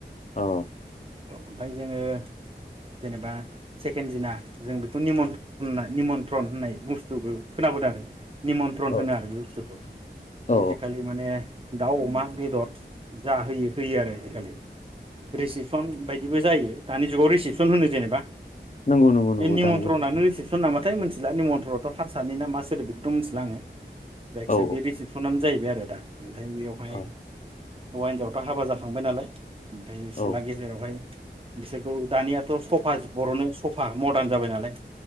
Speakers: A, on the left; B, on the right.
A: औ।
B: ओमफाय जोङो जेनेबा सेकेन्जिना जों बेखौ निमन्र्थन होननाय बुस्थुखौ खोनाबोदों आरो। निमन्त्रन
A: औ
B: होनो आरो बे बुस्थुखौ
A: औ
B: बेजिखालि माने अमा बेदर जाहोयो होयो आरो आजिखालि रिसिपसन बायदिबो जायो दानि जुगाव रिसिपसन होनो जेनेबा।
A: नंगौ नंगौ
B: बे
A: नंगौ
B: निमन्त्रन
A: दानि जुगाव
B: नानो रिसिबसन नामा? नाथाय मिथिला निमन्थ्रथ' हारसानि ना मा सोदोब बेखौथ' मिथिला आङो। जायखिया
A: औ
B: बे रिसिसेपसनानो जायो। बे आरो दा उम। फाय बेवहाय
A: औ
B: हौवा हिनजावथ' हाबा जाखांबाय नालाय। ओमफाय
A: औ
B: सेला गेजेरावहाय बिसोरखौ दानियाथ' सफा बर'नो सफा मरदार जाबाय नालाय।